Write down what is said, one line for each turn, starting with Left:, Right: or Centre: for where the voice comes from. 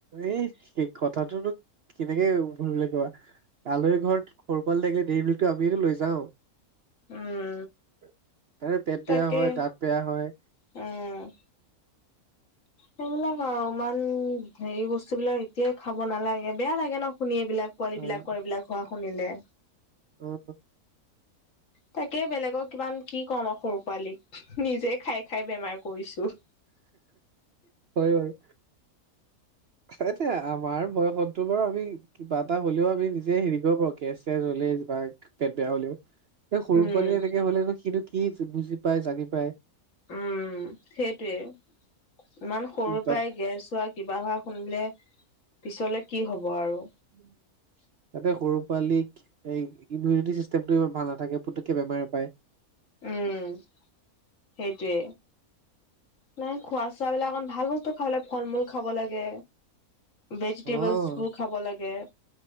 Right: এ সেই কথাটোনো কেনেকে ভুল বুলি কোৱা আলহি ঘৰত সৰু পোৱালি থাকিলে দেৰি মিল্কটো আমিয়েটো লৈ যাওঁ।
Left: উম,
Right: তাৰে পেট
Left: তাকে
Right: বেয়া হয় দাঁত বেয়া হয়।
Left: উম। সেইবিলাক আৰু ইমান হেৰি বস্তু বিলাক এতিয়াই খাব নালাগে, বেয়া লাগে ন শুনি। বিলাক পোৱালি
Right: অ',
Left: বিলাকৰ এইবিলাক হোৱা শুনিলে।
Right: <unintelligible>
Left: তাকে বেলেগক কিমান কি কম আৰু সৰু পোৱালিক নিজে খাই খাই বেমাৰ কৰিছোঁ।
Right: হয় বাৰু। এয়া আমাৰ বয়সতটো বাৰু আমি কিবা এটা হ'লেও আমি নিজে হেৰি কৰিব পাৰোঁ, গেছ চেছ হ'লে বা পেট বেয়া হ'লেও। এ সৰু
Left: উম।
Right: পোৱালিৰ এনেকে হ'লে সিনো কি বুজি পাই জানি পায়
Left: উম সেইটোয়ে, ইমান সৰুৰ
Right: উম, তাত
Left: পৰাই গেছ হোৱা কিবা হোৱা শুনিলে পিছলে কি হ'ব আৰু
Right: উম তাতে সৰু পোৱালীক এই ইমিউনিটি চিষ্টেমটো ইমান ভাল নাথাকে পুটুককে বেমাৰে পায়।
Left: উম সেইটোৱে। নাই খোৱা চোৱাবিলাক অকমান ভাল বস্তু খাব লাগে, ফল মূল খাব লাগে। ভেজিটেবলছ
Right: অ',
Left: খাব লাগে,